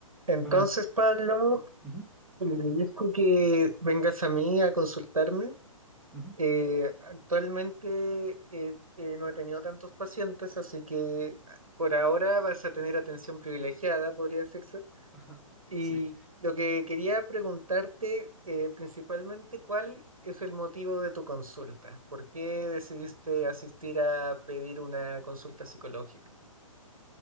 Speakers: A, on the right; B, in the centre.
A: Entonces,
B: Buenas.
A: Pablo,
B: Ujú,
A: le agradezco que vengas a mí a consultarme.
B: ujú.
A: Eh, actualmente eh, eh, no he tenido tantos pacientes, así que por ahora vas a tener atención privilegiada, podría decirse.
B: <laughs>
A: Y
B: Sí.
A: lo que quería preguntarte, eh, principalmente, ¿cuál es el motivo de tu consulta? ¿Por qué decidiste asistir a pedir una consulta psicológica?